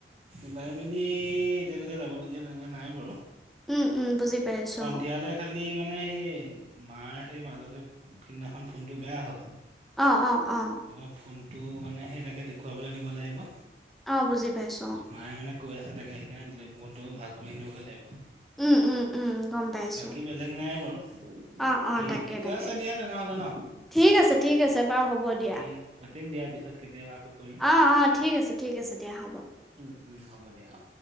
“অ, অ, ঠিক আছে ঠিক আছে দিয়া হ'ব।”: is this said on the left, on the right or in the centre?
Centre